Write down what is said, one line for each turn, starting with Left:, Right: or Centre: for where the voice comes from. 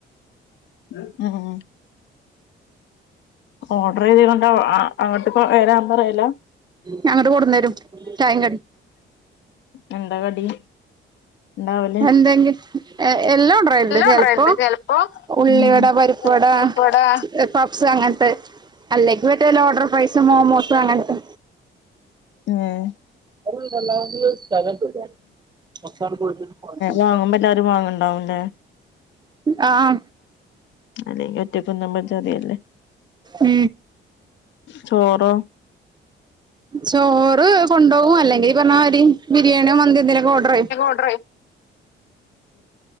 Left: ഉം ഉും ഓർഡറൈതീ കൊണ്ട് ആ അങ്ങോട്ടിപ്പോ വരാൻ പറയലാ
Right: ഞാങ്ങട്ട് കൊട്ന്നേരും ചായീം കടിം.
Left: എൻന്താ കടി? ഇണ്ടാവല്
Right: എന്തെങ്കി എല്ലാം കൊണ്ട്രോലിണ്ട്. ചെ
Left: ഓർഡർ
Right: ലപ്പോ
Left: ചെയ്യലുണ്ട് ഇപ്പൊ ഇവിടെ.
Right: ഉള്ളിവട
Left: ഉം
Right: പരിപ്പ് വട ആഹ്
Left: ഇവടെ
Right: സ് പപ്സ് അങ്ങൻത്ത് അല്ലങ്കി മറ്റേ ലോഡഡ് ഫ്രൈസ് മോമൂസ് അങ്ങൻത്തെ
Left: ഏഹ്
Right: അത് വല്ലാൻഡ് സ്ഥലലം ലല്ലോ കൊർ ചാൻണ്ട് പോയിട്ട് വണ്ടിരിച്ചാനും
Left: വാങ്ങുമ്പോ എല്ലാരും വാങ്ങണ്ടാവുംല്ലേ
Right: ഹുംആഹ്
Left: അല്ലെങ്കി ഒറ്റക്ക്‌ന്നുമ്പോ ചെറെല്ലേ
Right: ഉ
Left: ചോറോ
Right: ചോറ് കൊണ്ടോകും അല്ലെങ്കിൽ ഇജ് പറഞ്ഞമാരി ബിരിയാണിയോ മന്ത്യോ എന്തെലൊക്കെ ഓർഡ്രയ്യും
Left: അത്